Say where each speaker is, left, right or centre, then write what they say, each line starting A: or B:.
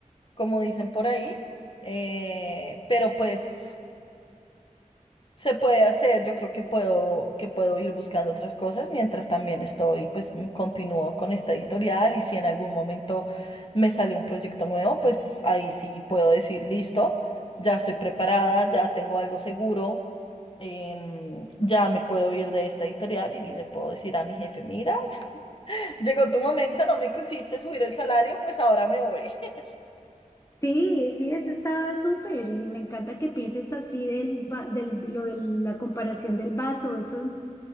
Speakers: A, on the left; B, on the left.
A: como dicen por ahí. Eh, pero pues se puede hacer. Yo creo que puedo, que puedo ir buscando otras cosas mientras también estoy, pues m- continúo con esta editorial y si en algún momento me sale un proyecto nuevo, pues ahí sí puedo decir, listo, ya estoy preparada, ya tengo algo seguro, em, ya me puedo ir de esta editorial y le puedo decir a mi jefe, mira, <laughs> llegó tu momento, no me quisiste subir el salario, pues ahora me voy. <laughs>
B: Sí, sí, eso está súper y me encanta que pienses así del, va- del, de lo de la comparación del vaso, eso,